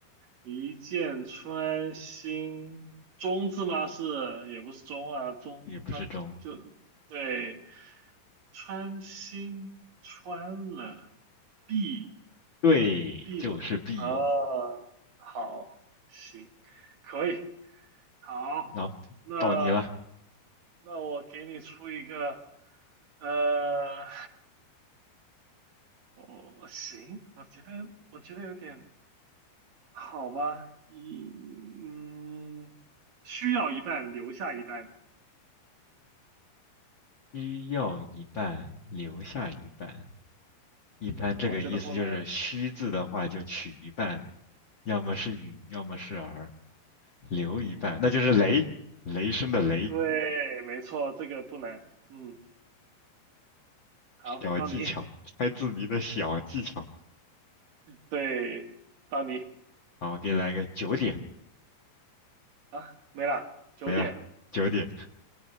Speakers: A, on the right; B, on the left.
A: 一箭穿心，中字吗？是，也不是中啊，中刚就对，
B: 也不是中，
A: 穿心穿了，必。
B: 对，
A: B
B: 就是
A: 吗？
B: B。
A: 啊，好，行，可以，好，
B: 然后到你了，
A: 那那我给你出一个，呃，<laughs> 我行，我觉得我觉得有点好吧，一嗯，需要一半，留下一半，
B: 需要一半，留下一半。一般这个意思就是虚字的话就取一半，
A: 嗯，我觉得不能，
B: 要么是雨，要么是儿，留一半，
A: 嗯，
B: 那就是雷，雷声的雷。
A: 对，没错，这个不能，嗯，好，
B: 小技巧，
A: 到你，
B: 猜字谜的小技巧。
A: 对，到你
B: 好，我给你来个九点，
A: 啊，没了，九点。
B: 没了，九点，